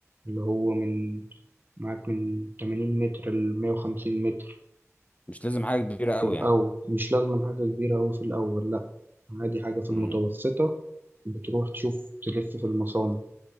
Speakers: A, on the right; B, on the left.
A: اللي هو من معاك من 80 متر ل 150 متر
B: مش لازم حاجه كبيره قوي
A: في الاول
B: يعني
A: مش لازم حاجه كبيره أوي في الاول لا عادي حاجه في المتوسطه
B: امم
A: بتروح تشوف تلف في المصانع